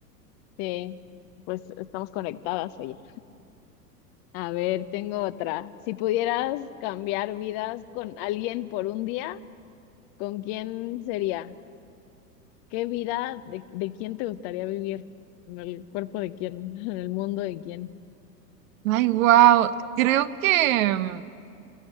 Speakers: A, on the left (about 40°); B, on the right (about 55°).
A: Sí, pues estamos conectadas, oye. A ver, tengo otra. Si pudieras cambiar vidas con alguien por un día, ¿con quién sería? ¿Qué vida de, de quién te gustaría vivir? ¿En el cuerpo de quién? <laughs> ¿En el mundo de quién?
B: Ay, wow. Creo que